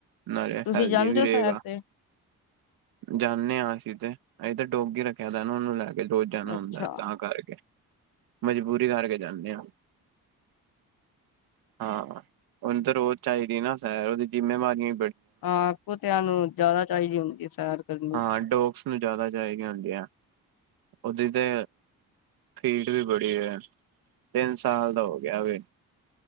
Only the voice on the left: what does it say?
ਤੁਸੀਂ
ਜਾਂਦੇ
ਹੋ
ਸੈਰ ਤੇ
ਅੱਛਾ
ਹਾਂ ਕੁਤਿਆਂ ਨੂੰ ਜ਼ਿਆਦਾ ਚਾਹੀਦੀ ਹੁੰਦੀ ਏ ਸੈਰ ਕਰਨੀ।